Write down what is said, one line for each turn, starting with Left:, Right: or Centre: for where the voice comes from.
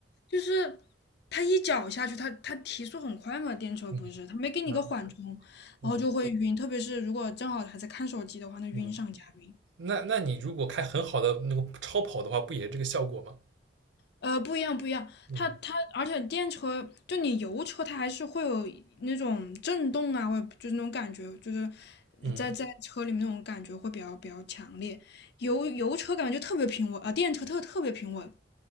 Left: 就是它一脚下去，它它提速很快嘛，电车不是，
Right: 嗯
Left: 它没给你个缓冲，
Right: 嗯嗯
Left: 然后就会晕，特别是如果正好还在看手机的话，那晕上加晕。
Right: 嗯，那那你如果开很好的那个超跑的话，不也这个效果吗？
Left: 呃，不一样，不一样。
Right: 嗯
Left: 它它，而且电车就你油车，它还是会有那种震动啊，或者就是那种感觉，就是
Right: 嗯
Left: 在在车里面那种感觉会比较比较强烈。油油车感觉就特别平稳啊，电车特特别平稳，